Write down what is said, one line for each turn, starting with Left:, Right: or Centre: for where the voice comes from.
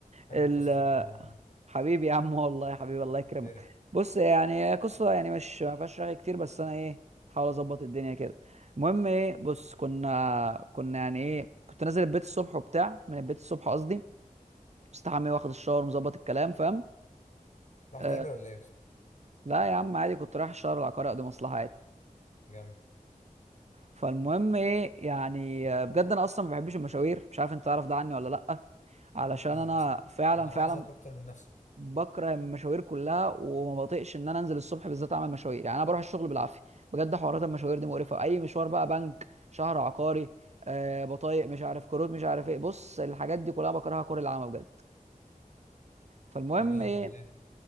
Left: بحب
Right: ال-
Left: قصصك يا عم قول
Right: <laughs> حبيبي يا عم والله يا حبيبي الله يكرمك
Left: لي ارغي
Right: بص يعني هي قصه يعني مش ما فيهاش رغي كتير بس انا ايه حاول اظبط الدنيا كده المهم ايه بص كنا كنا يعني ايه كنت نازل البيت الصبح وبتاع من البيت الصبح قصدي مستحمي واخد الشاور مظبط الكلام فاهم
Left: رحت
Right: آه
Left: تقابل ولا ايه يا اسطى
Right: لا يا عم عادي كنت رايح الشهر العقاري اقضي مصلحه عادي
Left: جامد
Right: فالمهم ايه يعني آه، بجد انا اصلا ما بحبش المشاوير مش عارف انت تعرف ده عني ولا لا علشان
Left: اكيد
Right: انا
Left: يا اسطى
Right: فعلا
Left: ده انا
Right: فعلا
Left: حافظك اكتر من نفسك
Right: بكره المشاوير كلها وما بطيقش ان انا انزل الصبح بالذات اعمل مشاوير يعني انا بروح الشغل بالعافيه بجد حوارات المشاوير دي مقرفه اي مشوار بقى بنك شهر عقاري آه بطايق مش عارف كروت مش عارف ايه بص الحاجات دي كلها بكرهها كره العامه بجد فالمهم
Left: جميل
Right: ايه
Left: وبعدين